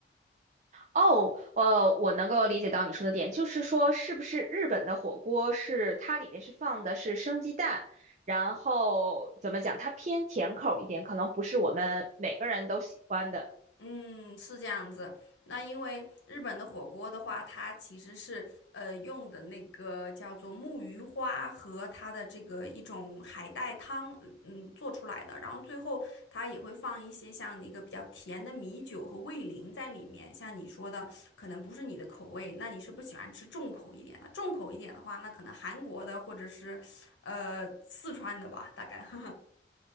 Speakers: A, on the right; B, on the left.
A: 哦，呃，我能够理解到你说的点，就是说是不是日本的火锅是它里面是放的是生鸡蛋，然后怎么讲，它偏甜口一点，可能不是我们每个人都喜欢的。
B: 嗯，是这样子。那因为日本的火锅的话，它其实是呃用的那个叫做木鱼花和它的这个一种海带汤，嗯嗯做出来的。然后最后它也会放一些像一个比较甜的米酒和味淋在里面。像你说的，可能不是你的口味，那你是不是喜欢吃重口一点的？重口一点的话，那可能韩国的或者是呃四川的吧，大概。<laughs>